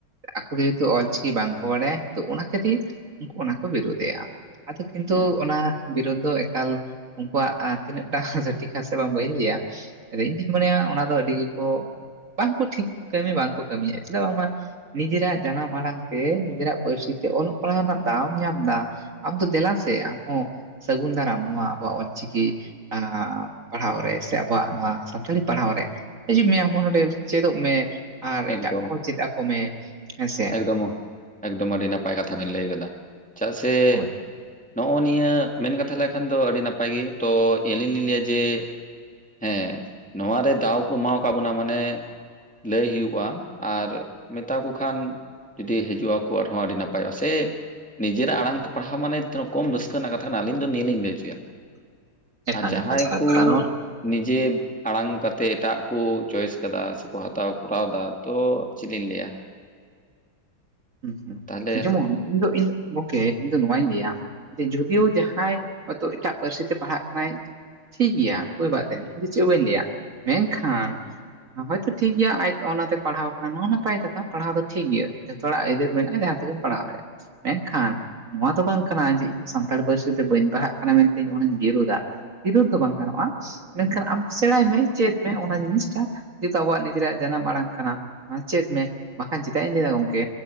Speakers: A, on the right; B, in the centre.
A: ᱟᱠᱚ ᱫᱚ ᱡᱮᱦᱮᱛᱩ ᱚᱞᱪᱤᱠᱤ ᱵᱟᱝᱠᱚ ᱵᱟᱲᱟᱭᱟ ᱛᱚ ᱚᱱᱟ ᱠᱷᱟᱹᱛᱤᱨ ᱩᱱᱠᱩ ᱚᱱᱟ ᱠᱚ ᱵᱤᱨᱩᱫᱮᱜᱼᱟ ᱾ ᱟᱫᱚ ᱠᱤᱱᱛᱩ
B: ᱟᱪᱪᱷᱟ,
A: ᱚᱱᱟ ᱵᱤᱨᱩᱫᱽᱫᱷᱚ ᱮᱠᱟᱞ ᱩᱝᱠᱩᱣᱟᱜ ᱛᱤᱱᱟᱹᱜ ᱴᱟ ᱥᱟᱴᱤᱠᱟ ᱥᱮ ᱵᱟᱝ ᱵᱟᱹᱧ ᱞᱟᱹᱭᱟ ᱾ ᱟᱫᱚ ᱤᱧ ᱫᱩᱧ ᱢᱚᱱᱮᱭᱟ ᱚᱱᱟ ᱫᱚ ᱟᱹᱰᱤ ᱜᱮᱠᱚ ᱵᱟᱝᱠᱚ ᱴᱷᱤᱠ ᱠᱟᱹᱢᱤ ᱵᱟᱝᱠᱚ ᱠᱟᱹᱢᱤᱭᱟ ᱾ ᱪᱮᱫᱟᱜ ᱵᱟᱝ ᱢᱟ ᱱᱤᱡᱮᱨᱟᱜ ᱡᱟᱱᱟᱢ ᱟᱲᱟᱝ ᱛᱮ ᱱᱤᱡᱮᱨᱟᱜ ᱯᱟᱹᱨᱥᱤ ᱛᱮ ᱚᱞᱚᱜ ᱯᱟᱲᱦᱟᱣ ᱨᱮᱱᱟᱜ ᱫᱟᱣᱮᱢ ᱧᱟᱢ ᱮᱫᱟ, ᱟᱢ ᱫᱚ ᱫᱮᱞᱟ ᱥᱮ ᱟᱢ ᱦᱚᱸ ᱥᱟᱹᱜᱩᱱ ᱫᱟᱨᱟᱢ ᱱᱚᱣᱟ ᱟᱵᱚᱣᱟᱜ ᱚᱞᱪᱤᱠᱤ ᱟᱸᱻ ᱯᱟᱲᱦᱟᱣ ᱨᱮ ᱥᱮ ᱟᱵᱚᱣᱟᱜ ᱱᱚᱣᱟ ᱥᱟᱱᱛᱟᱲᱤ ᱯᱟᱲᱦᱟᱣ ᱨᱮ ᱾ ᱦᱤᱡᱩᱜ ᱢᱮ ᱟᱢ ᱦᱚᱸ ᱱᱚᱰᱮ ᱪᱮᱫᱚᱜ ᱢᱮ ᱟᱨ
B: ᱮᱠᱫᱚᱢ
A: ᱮᱴᱟᱜ ᱠᱚᱦᱚᱸ ᱪᱮᱫ ᱟᱠᱚ ᱢᱮ ᱦᱮᱸᱥᱮ
B: ᱮᱠᱫᱚᱢ
A: ᱾
B: ᱮᱠᱫᱚᱢ ᱟᱹᱰᱤ ᱱᱟᱯᱟᱭ ᱠᱟᱛᱷᱟ ᱵᱤᱱ ᱞᱟᱹᱭ ᱟᱠᱟᱫᱟ, ᱪᱮᱫᱟᱜ ᱥᱮ
A: ᱦᱳᱭ
B: ᱱᱚᱜᱼᱚᱭ ᱱᱤᱭᱟᱹ ᱢᱮᱱ ᱠᱟᱛᱷᱟ ᱞᱮᱠᱷᱟᱱ ᱫᱚ ᱟᱹᱰᱤ ᱱᱟᱯᱟᱭ ᱜᱮ ᱛᱚ ᱟᱞᱤᱧ ᱞᱤᱧ ᱞᱟᱹᱭᱟ ᱡᱮ ᱦᱮᱸ ᱱᱚᱣᱟ ᱨᱮ ᱫᱟᱣ ᱠᱚ ᱮᱢᱟᱣ ᱠᱟᱜ ᱵᱚᱱᱟ ᱢᱟᱱᱮ ᱞᱟᱹᱭ ᱦᱩᱭᱩᱜ ᱠᱚᱣᱟ ᱟᱨ ᱢᱮᱛᱟ ᱠᱚ ᱠᱷᱟᱱ ᱡᱩᱫᱤ ᱦᱤᱡᱩᱜ ᱟᱠᱚ ᱟᱨᱦᱚᱸ ᱟᱹᱰᱤ ᱱᱟᱯᱟᱭᱚᱜᱼᱟ ᱾ ᱥᱮ ᱱᱤᱡᱮᱨᱟᱜ ᱟᱲᱟᱝ ᱛᱮ ᱯᱟᱲᱦᱟᱣ ᱢᱟᱱᱮ ᱛᱤᱱᱟᱹ ᱠᱚᱢ ᱨᱟᱹᱥᱠᱟᱹ ᱨᱮᱱᱟᱜ ᱠᱟᱛᱷᱟ ᱠᱟᱱᱟ ᱟᱞᱤᱧ ᱫᱚ ᱱᱤᱭᱟᱹ ᱞᱤᱧ ᱞᱟᱹᱭ ᱦᱚᱪᱚᱭᱟ ᱾
A: ᱮᱠᱟᱞ
B: ᱟᱨ ᱡᱟᱦᱟᱸᱭ
A: ᱮᱠᱟᱞ
B: ᱠᱚ
A: ᱠᱟᱨᱚᱱ
B: ᱱᱤᱡᱮ ᱟᱲᱟᱝ ᱠᱟᱛᱮ ᱮᱴᱟᱜ ᱠᱚ ᱪᱚᱭᱮᱥ ᱠᱟᱫᱟ ᱥᱮᱠᱚ ᱦᱟᱛᱟᱣ ᱟᱠᱚ ᱾ ᱦᱟᱛᱟᱣ ᱮᱫᱟ ᱛᱚ ᱪᱮᱫ ᱞᱤᱧ ᱞᱟᱹᱭᱟ ᱾
A: ᱦᱩᱸ ᱦᱩᱸ
B: ᱛᱟᱦᱚᱞᱮ
A: ᱡᱮᱢᱚᱱ ᱤᱧ ᱫᱚ ᱤᱧ ᱫᱚ ᱜᱚᱝᱠᱮ ᱤᱧ ᱫᱚ ᱱᱚᱣᱟᱧ ᱞᱟᱹᱭᱟ ᱡᱳᱫᱤᱭᱳ ᱡᱟᱦᱟᱸᱭ ᱦᱚᱭᱛᱳ ᱮᱴᱟᱜ ᱯᱟᱹᱨᱥᱤ ᱛᱮ ᱯᱟᱲᱦᱟᱜ ᱠᱟᱱᱟᱭ ᱴᱷᱤᱠ ᱜᱮᱭᱟ ᱠᱚᱭ ᱵᱟᱛ ᱱᱟᱦᱤ, ᱤᱧ ᱫᱚ ᱪᱮᱫ ᱵᱟᱹᱧ ᱞᱟᱹᱭᱟ ᱾ ᱢᱮᱱᱠᱷᱟᱱ ᱦᱳᱭᱛᱳ ᱴᱷᱤᱠ ᱜᱮᱭᱟ ᱟᱡ ᱚᱱᱟᱛᱮ ᱯᱟᱲᱦᱟᱣ ᱠᱷᱟᱱ ᱦᱚᱸ ᱱᱟᱯᱟᱭ ᱠᱟᱛᱷᱟ ᱯᱟᱲᱦᱟᱣ ᱫᱚ ᱴᱷᱤᱠ ᱜᱮᱭᱟ ᱾ ᱛᱷᱚᱲᱟ ᱟᱹᱭᱫᱟᱹᱨ ᱢᱮᱱᱟᱜᱼᱟ ᱡᱟᱦᱟᱸ ᱛᱮᱜᱮᱢ ᱯᱟᱲᱦᱟᱣ ᱫᱟᱲᱮᱭᱟᱜᱼᱟ ᱾ ᱢᱮᱱᱠᱷᱟᱱ ᱱᱚᱣᱟ ᱫᱚ ᱵᱟᱝ ᱠᱟᱱᱟ ᱡᱮ ᱤᱧ ᱫᱚ ᱥᱟᱱᱛᱟᱲ ᱯᱟᱹᱨᱥᱤ ᱛᱮ ᱵᱟᱹᱧ ᱯᱟᱲᱦᱟᱜ ᱠᱟᱱᱟ ᱢᱮᱱᱛᱮ ᱚᱱᱟᱧ ᱵᱤᱨᱩᱫᱟ ᱾ ᱵᱤᱨᱩᱫ ᱫᱚ ᱵᱟᱝ ᱜᱟᱱᱚᱜᱼᱟ ᱾ ᱢᱮᱱᱠᱷᱟᱱ ᱟᱢ ᱥᱮᱬᱟᱭ ᱢᱮ ᱪᱮᱫ ᱢᱮ ᱚᱱᱟ ᱡᱤᱱᱤᱥᱴᱟ ᱡᱮᱦᱮᱛᱩ ᱟᱵᱚᱣᱟᱜ ᱱᱤᱡᱮᱨᱟᱜ ᱡᱟᱱᱟᱢ ᱟᱲᱟᱝ ᱠᱟᱱᱟ ᱾ ᱚᱱᱟ ᱪᱮᱫ ᱢᱮ ᱵᱟᱠᱷᱟᱱ ᱪᱮᱫᱟᱜ ᱤᱧ ᱞᱟᱹᱭᱫᱟ ᱜᱚᱢᱠᱮ